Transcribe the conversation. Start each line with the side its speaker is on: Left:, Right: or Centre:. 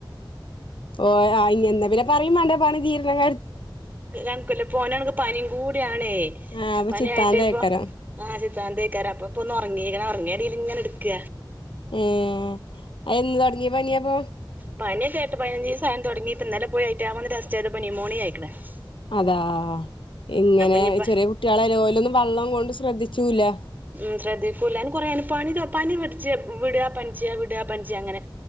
Left: ഓ ആ ഇങ്ങന്നാ പിന്നെ പറയും മണ്ട പാണി തീര്നക
Right: നക്കല്ല പോ പനി കൂടിയാ ണെ
Left: ആഹ് അപ്പൊ
Right: പനിയായിട്ട്
Left: ചിത്താന്തേക്കാരം
Right: ഇപ്പൊ ആ ചിത്താന്തേകാരം അപ്പഠ ഇപ്പൊ ഒന്ന് ഉറങ്ങിക്ണ് ഉറങ്ങിയ <unintelligible> ഇങ്ങനെ ഇട്ക്ക
Left: ഉം എന്ന് തുടങ്ങിയ പനിയപ്പൊ
Right: പനിക്കെ എട്ട് പതിനഞ്ചിസം ആയ്ണ് തുടങ്ങീട്ട് ഇന്നലെ പോയിട്ട് അയ്ച്ചമെന്ന് ടെസ്റ്റ്‌ ചെയ്തപ്പോ നിമോണിയ ആയി <unintelligible>
Left: അതാ ഇങ്ങനെ
Right: ഇഞ്ഞിപ്പ
Left: ചെറിയ കുട്ട്യോളല്ലെ ഓലൊന്നും വള്ളം കൊണ്ട് ശ്രദ്ധിച്ചു ചൂല്ല
Right: മം ശ്രദ്ധിക്കൂല അയിന് കൊറേ പനി പനി പിടിച്ച് വിടാ പനിച്ച വിടാ പനിച്ച അങ്ങനെ